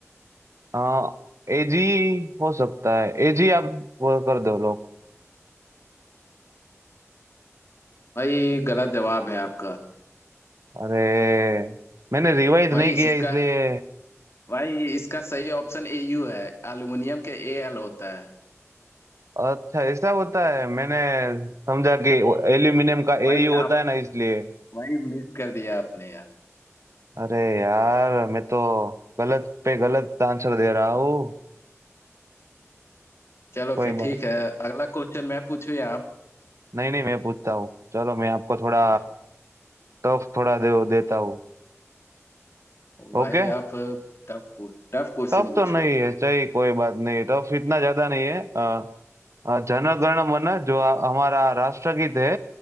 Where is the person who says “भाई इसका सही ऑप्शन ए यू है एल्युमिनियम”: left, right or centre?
Left